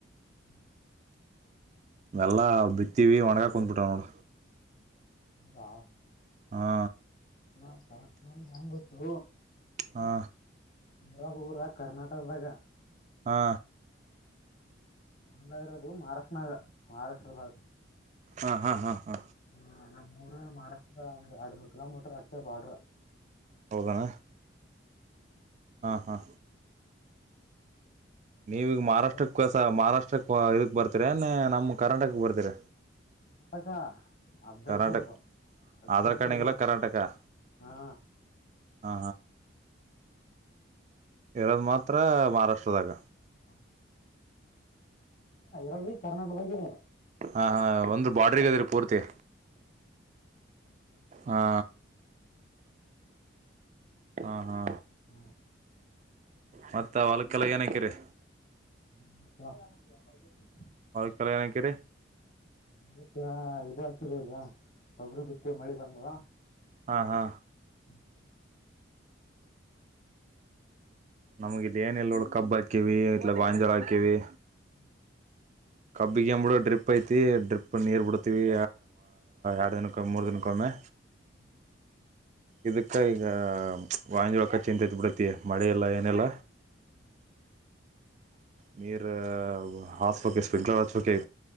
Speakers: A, on the left (about 45°); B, on the right (about 35°).
A: ಹ್ಮ್
B: ವೆಲ್ಲಾ ಬಿತ್ತೀವಿ ಒಣಗಾಕ್ ಕುಂದ್ಬಿಟ ನೋಡ
A: ಹೌದಾ
B: ಹಾ
A: ನತರ ನಮ ಹೆಂಗ್ ಗೊತ್ತು
B: ವಾ
A: ರ ಊರ ಕರ್ನಾಟಕದಾಗ
B: ಹಾ
A: ಹೊಲ್ಲರದು ಮಹಾರಾಷ್ಟ್ರನಾಗ ಮಹಾರಾಷ್ಟ್ರದಾಗ
B: ಹಾ ಹಾ ಹಾ ಹಾ
A: ಹ್ಮ ನಮ್ಮ್ ಮೂರ ಮಾರ ಒಂದ್ ಎರಡ್ ಮೂರ್ ಕಿಲೋಮೀಟ್ರ ಅಟ್ಟೆ ಬಾಡ್ರ
B: ಹೌದಣ ಹಾ ಹಾ. ನೀವಗ ಮಹಾರಾಷ್ಟ್ರಕ್ಕ
A: ಕರ್ನಾಟಕ
B: <inaudible> ಮಹಾರಾಷ್ಟ್ರಕ್ಕೆ ಹೊ ಇದಕ್ ಬರ್ತರ ಎನ್ ನಮ್ ಕರ್ನಾಟಕ ಕ ಬರ್ತೀರ
A: <inaudible> ಅಫಜಲ್ಪುರ್
B: ಕರ್ನಾಟಕ
A: ಬಂದು ಅಫಜಲ್ಪುರ್
B: ಆಧಾರ್ ಕಾರ್ಡ್ನಾಗೆಲ್ಲ
A: ಬತಿ
B: ಕರ್ನಾಟಕ
A: ಹಾ
B: ಹಾ ಇರದ್ ಮಾತ್ರ ಮಹಾರಾಷ್ಟ್ರದಾಗ
A: <inaudible> ಇರದ ಈಗ ಕರ್ನಾಟಕ ದಾಗ ಈನಿ
B: ಹಾ ಹಾ ಒಂದ್ರ ಬಾಡ್ರಿಗ ಅದ್ರಿ ಪೂರ್ತಿ ಹಾ ಹಾ ಹಾ
A: <unintelligible>
B: ಮತ್ತ ಹೊಲಕ್ಕೆಲ್ಲ ಏನಾಕಿರಿ,?
A: <unintelligible>
B: ಅವಕೆಲ್ಲ ಏನಕ್ಕರಿ
A: <unintelligible> ಯಚ್ಚರೀಗೆ ತೊಗರಿ ಬಿತ್ತವಿ ಮಳಿ ಬಂದವ
B: ಹಾ ಹಾ
A: ಹ್ಮ್
B: ನಮ್ಗ ಇಲ್ಲಿ ಏನ ಇಲ್ ನೋಡು ಕಬ್ ಹಾಕಿವಿ ಇಟ್ಲಾಗ್ ಗಾಂಜಾಳ ಹಾಕಿವಿ
A: <unintelligible>
B: ಕಬ್ಬಿಗೆ ಎನ್ ಬಿಡು ಡ್ರಿಪ್ ಐತಿ ಡ್ರಿಪ್ ನೀರು ಬಿಡ್ತೀವಿ ಎರಡು ದಿನಕ್ಕೋಮ ಮೂರು ದಿನಕ್ಕೊಮ್ಮೆ
A: ಹ್ಮ್
B: ಇದಕ್ಕ ಈಗ <unintelligible> ಚಿಂತೆೈತ್ ಹತ್ತತಿ ಮಳಿ ಇಲ್ಲ ಏನಿಲ್ಲ
A: ಹ್ಮ್
B: ನೀರ <unintelligible>